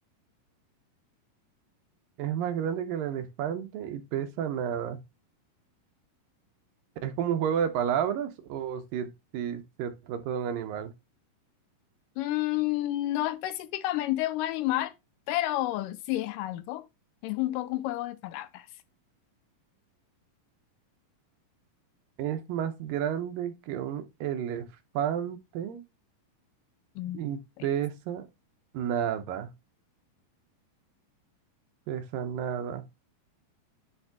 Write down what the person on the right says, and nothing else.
Es más grande que el elefante y pesa nada. ¿Es como un juego de palabras o si, si se trata de un animal?
Es más grande que un elefante
y
pesa nada. Pesa nada.